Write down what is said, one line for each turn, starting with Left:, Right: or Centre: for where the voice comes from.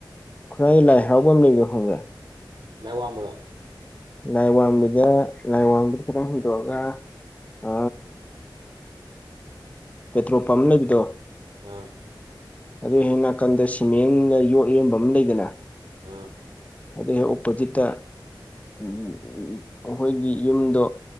Left: ꯈꯨꯔꯥꯏ ꯂꯥꯏꯍꯥꯎꯕꯝ ꯂꯩ ꯍꯣꯡꯒꯦ
Right: ꯂꯩꯦ ꯋꯥ ꯑꯃꯔꯣ
Left: ꯂꯥꯏ ꯋꯥꯡꯕꯤꯗ ꯂꯥꯏ ꯋꯥꯡꯕꯤꯗ ꯈꯤꯇꯪ ꯍꯨꯗꯣꯛꯑꯒ ꯑ
Right: <inaudible>
Left: ꯄꯦꯇ꯭ꯔꯣꯜ ꯄꯝ ꯂꯩꯕꯤꯗꯣ
Right: ꯑꯥ
Left: ꯑꯗꯨ ꯍꯦꯛ ꯅꯥꯀꯟꯗ ꯁꯤꯃꯦꯟꯗ ꯌꯣꯠ ꯌꯣꯟꯕ ꯑꯃ ꯂꯩꯗꯅ
Right: ꯑꯝ
Left: ꯑꯗꯩ ꯍꯦꯛ ꯑꯣꯄꯣꯖꯤꯠꯇ ꯑꯩꯈꯣꯏꯒꯤ ꯌꯨꯝꯗꯣ